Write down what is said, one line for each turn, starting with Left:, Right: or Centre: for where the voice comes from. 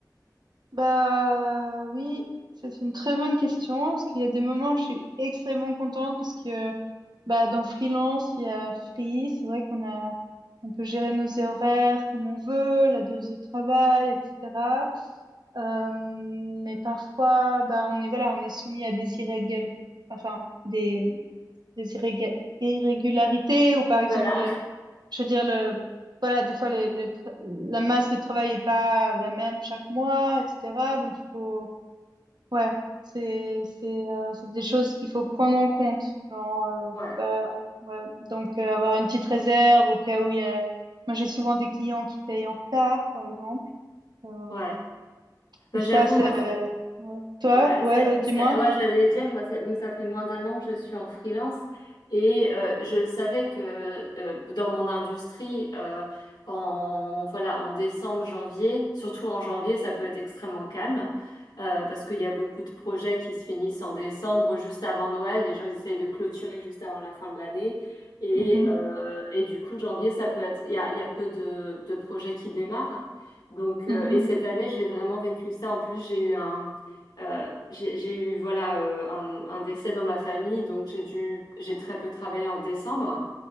Right: bah oui, ça, c'est une très bonne question parce qu'il y a des moments où je suis extrêmement contente parce que bah dans freelance il y a free, c'est vrai qu'on a on peut gérer nos horaires comme on veut, la dose de travail, etc. Euh, mais parfois bah on est voilà on est soumis à des irrégal enfin des des irréga- irrégularités ou par exemple
Left: Voilà.
Right: de
Left: <laughs>
Right: Je veux dire, le, voilà, des fois, les, le tra- la masse de travail est pas la même chaque mois, etc. Donc, il faut, ouais, c'est, c'est, euh, c'est des choses qu'il faut prendre en compte. Genre, euh,
Left: Ouais.
Right: bah, ouais. Donc, euh, avoir une petite réserve au cas où il y a, moi, j'ai souvent des clients qui payent en retard, par exemple. Euh,
Left: Ouais. Bah,
Right: et ça,
Left: j'avoue,
Right: c'est,
Left: moi,
Right: ouais. Toi,
Left: Ouais,
Right: ouais,
Left: c'est,
Right: bah, dis-moi.
Left: c'est- ouais, j'allais dire, moi, ça- donc ça fait moins d'un an que je suis en freelance et euh, je le savais que euh, dans mon industrie, euh, en voilà, en décembre, janvier, surtout en janvier, ça peut être extrêmement calme euh, parce qu'il y a beaucoup de projets qui se finissent en décembre, juste avant Noël. Les gens ils essayent de clôturer juste avant la fin de l'année et
Right: Mhm,
Left: euh, et du coup, janvier, ça peut être, il y a, il y a peu de de projets qui démarrent. Donc,
Right: mhm.
Left: euh, et cette année, j'ai vraiment vécu ça. En plus, j'ai eu un euh, j'ai j'ai eu voilà euh, un, un décès dans ma famille, donc j'ai dû j'ai très peu travaillé en décembre.